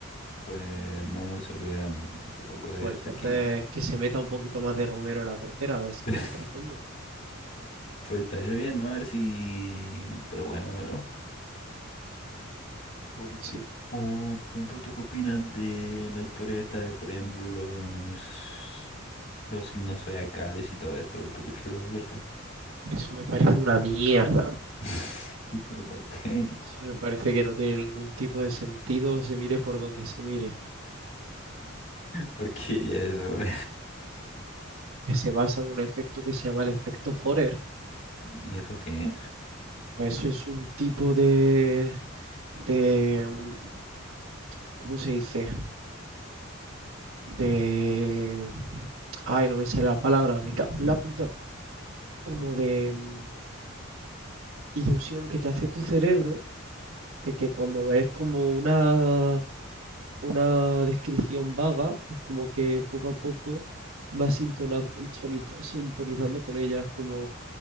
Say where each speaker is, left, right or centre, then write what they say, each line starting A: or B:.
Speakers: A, on the left; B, on the right.
A: pues no mucho que veamos, tampoco es
B: Pues entonces
A: aquí.
B: que se meta un poquito más de Romero en la cortera, a ver si
A: <laughs>
B: entra, coño.
A: Pues estaría bien, ¿no? A ver si... Pero bueno, bro. Porque...
B: Sí.
A: O, por ejemplo, ¿tú qué opinas de la historia esta de, por ejemplo, los... los signos zodiacales y todo esto? bro? ¿Tú crees que eso es cierto?
B: Eso me parece una mierda.
A: <laughs> ¿Pero por qué?
B: Eso me parece que no tiene ningún tipo de sentido, se mire por donde se mire.
A: ¿Por qué diría eso, bro?
B: Que se basa en un efecto que se llama el efecto Forer.
A: ¿Y eso qué es?
B: Pues eso es un tipo de, de, mm, ¿cómo se dice? De, ay, no me sale la palabra, me cago en la puta. Como de mm, ilusión que te hace tu cerebro de que cuando ves como una una descripción vaga, pues como que poco a poco vas sintona- soni- sintonizando con ella. Es como,